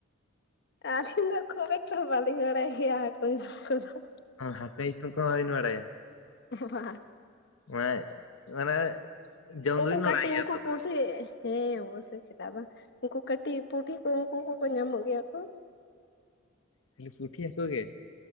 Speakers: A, on the left; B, on the left.
A: ᱟᱞᱤᱧ ᱫᱚ ᱠᱷᱩᱵ ᱮᱠᱴᱚᱢ ᱵᱟᱞᱤᱧ ᱵᱟᱰᱟᱭ ᱜᱮᱭᱟ ᱦᱟᱠᱩ ᱧᱩᱛᱩᱢ ᱠᱚ᱾
B: ᱦᱟᱹᱠᱩ ᱧᱩᱛᱩᱢ ᱠᱚ ᱵᱟᱵᱤᱱ ᱵᱟᱲᱟᱭᱟ?
A: ᱵᱟᱝ
B: ᱚᱱᱮ ᱚᱱᱮ ᱡᱚᱢ
A: ᱩᱱᱠᱩ
B: ᱫᱚ ᱵᱤᱱ ᱵᱟᱲᱟᱭ
A: ᱠᱟᱹᱴᱤᱡ
B: ᱜᱮᱭᱟ
A: ᱩᱱᱠᱩ
B: ᱛᱚ ᱛᱟᱦᱟᱞᱮ?
A: ᱯᱩᱴᱷᱤ ᱦᱮᱸ ᱚᱵᱚᱥᱥᱳᱭ ᱪᱮᱫᱟᱜ ᱵᱟᱝ ᱩᱱᱠᱩ ᱠᱟᱹᱴᱤᱡ ᱯᱩᱴᱷᱤ ᱠᱚ ᱩᱱᱠᱩ ᱠᱚᱠᱚ ᱧᱟᱢᱚᱜ ᱜᱮᱭᱟ ᱠᱚ᱾
B: ᱠᱷᱟᱞᱤ ᱯᱩᱴᱤ ᱦᱟᱠᱚ ᱜᱮ᱾